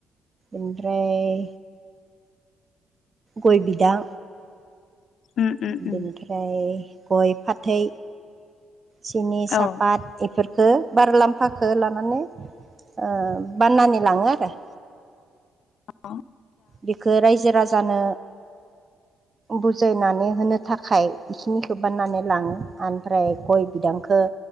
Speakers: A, on the right (about 35°); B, on the left (about 65°).
A: ओमफ्राय गय बिदां
B: उम उम उम
A: बेनिफ्राय गय फाथै। सिनि-सापात
B: औ
A: इफोरफोरखो बारलाम्फाखो लांहोनो। ओ बाननानै लाङो आरो।
B: औ।
A: बिखो रायजो-राजानो बुजायनानै होनो थाखाय बेखिनिखो बाननानै लाङो ओमफ्राय गय बिदांखो